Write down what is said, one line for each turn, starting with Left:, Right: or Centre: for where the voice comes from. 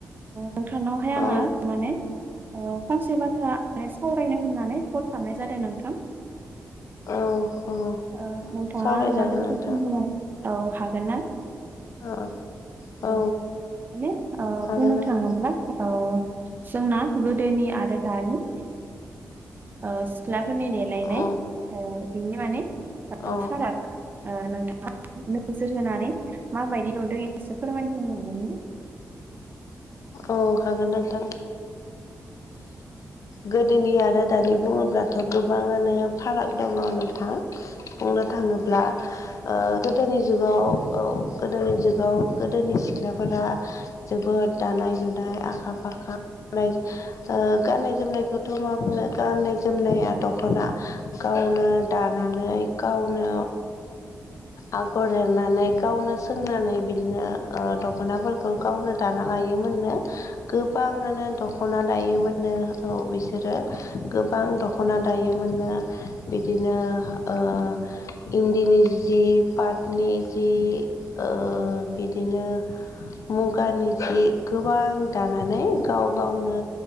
Right: नोंथांनावहाय आङो
Left: औ
Right: माने अ फंसे बाथ्रा माने सावरायनो होननानै कल खालामनाय जादों नोंथां।
Left: औ औ
Right: ओ नोंथाङा
Left: सावरायजागोन
Right: आंनो दसे
Left: नोंथां
Right: सम होनो हा औ हागोन ना?
Left: <inaudible>
Right: माने
Left: औ
Right: ओ
Left: हागोन
Right: बुंनो
Left: नोंथां
Right: थाङोबा ओ जोंना गोदोनि आरो दानि ओ सिख्ला होननायनायालाय नाय
Left: औ
Right: ओ बेयो माने ओं
Left: औ
Right: फाराग नोंथाङा नोजोर होनानै माबायदि नुदों एसो फोरमाय होनो हा <inaudible>
Left: औ हागोन नोंथां, गोदोनि आरो दानि बुङोब्लाथ' गोबाङानो फाराग दङ नोंथां। बुंनो थाङोब्ला ओ गोदोनि जुगआव औ गोदोनि जुगआव गोदोनि सिख्लाफोरा ज दानाय लुनाय आखा फाखा <unintelligible> ओ गाननाय जोमनायखौथ' मा बुंनो गाननाय जोमनाया दख'ना गा गावनो दानानै गावनो आगर एरनानै गावनो सोंनानै बिदिनो ओ दख'नाफोरखौ गावनो दा ना लायोमोननो गोबाङानो दख'ना दायोमोन नो औ बिसोरो गोबां दख'ना दायोमोननो बिदिनो ओ ओ इन्दिनि जि पातनि जि ओ बिदिनो ओ मुगानि जि गोबां दानानै गाव गावनो